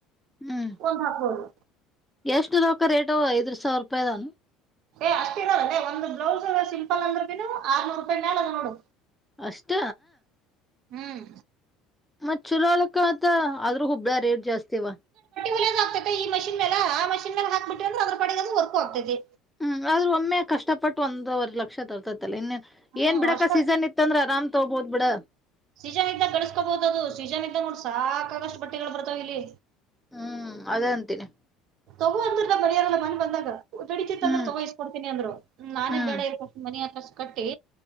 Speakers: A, in the centre; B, on the right.
A: ಹ್ಮ್
B: ಒಂದ್ ಹಾಪ್ ಹೋದು
A: ಎಷ್ಟು ರಕ ರೇಟ ಐದ್ ಸಾವಿರ ರೂಪಾಯದನುು
B: ಏ್ ಅಷ್ಟ ಇ ಅದ ಅದೇ ಒಂದು್ ಬ್ಲೌಸ್ ಸಿಂಪಲ್ ಅಂದ್ರೆ ಬಿನು ಆರ್ನೂರು ರೂಪಾಯ ಮಾಲ ಅದ ನೋಡು
A: ಅಷ್ಟ
B: ಹ್ಮ್
A: ಮತ್ತ್ ಛಲೋಲಕ್ಕ ಆತ ಆದ್ರೂ ಹುಬ್ಳಿಯಗ ರೇಟ್ ಜಾಸ್ತಿವ
B: ಒೇದ ಆಗ್ತೈತಿ ಮಷನ್ ಮ್ಯಾಲ ಆ ಮಷನ್ನ ಮ್ಯಾಲ ಹಾಕ್ಬಿಟ್ಟಿ ಅಂದ್ರ ಅದ್ರ್ ಪಾಡಿಗದು ವರ್ಕ ಆಗ್ತೈತಿ
A: ಹ್ಮ್ ಆದ್ರೂ ಒಮ್ಮೆ ಕಷ್ಟಪಟ್ಟು ಒಂದವರೆ ಲಕ್ಷ ತರ್ತತಿ ಅಲಾ
B: ಹ್ಮ್
A: ಏನ್ ಬಿಡಾಕ
B: ಅಷ್ಟ
A: ಸೀಸನ್ ಇತ್ತಂದ್ರ ಆರಾಮ್ ತಗೋಬೋದ ಬಿಡ
B: ಸೀಜನ್ ಇದ್ದಾಗ ಗಳಿಸಕೋಬಹುದು ಅದು ಸೀಜನ್ ಇದ್ದಾಗ ನೋಡ ಸಾಕಾಗಷ್ಟು ಬಟ್ಟಿಗಳು ಬರ್ತಾವ ಇಲ್ಲಿ
A: ಹ್ಮ್ ಅದೇ ಅಂತೀನಿ
B: ರ್ತ <unintelligible> ಮರಿ ಹಾರಲ್ಲ ಮನ್ನಿ ಬಂದಾಗ ದುಡಿತಿತ್
A: ಹ್ಮ್
B: ಅಂದ್ರ ತಗೋ ಇಸ್ಕೊಡ್ತೀನಿ ಅಂದ್ರ್ ನಾನೇ
A: ಹ್ಮ್
B: ಬೇಡ ಇರ್ಕಷ್ಟು ಮನಿ ಆಕಷ್ಟು ಕಟ್ಟಿ